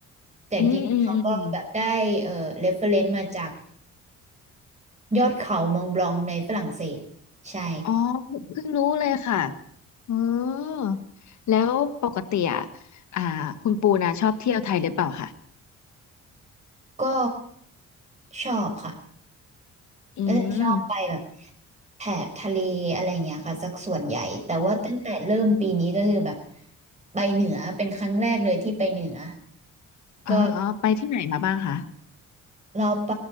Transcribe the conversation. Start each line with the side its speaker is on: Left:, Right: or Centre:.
Right: แต่จริงๆเขาก็แบบได้เอ่อเรฟเฟรนซ์มาจาก
Left: อืมอืมอืมอืม
Right: ยอดเขามองบลองในฝรั่งเศสใช่
Left: อ๋อเพิ่งรู้เลยค่ะเออแล้วปกติอ่ะอ่าคุณปูนะชอบเที่ยวไทยหรือเปล่าคะ
Right: ก็ชอบค่ะ
Left: อืม
Right: ก็จะชอบไปแบบแถบทะเลอะไรเงี้ยค่ะสักส่วนใหญ่แต่ว่าตั้งแต่เริ่มปีนี้ก็คือแบบ
Left: อ๋อ
Right: ไปเหนือเป็นครั้งแรกเลยที่ไปเหนือก็
Left: อ๋ออ๋อ ไปที่ไหนมาบ้างคะ
Right: เราไป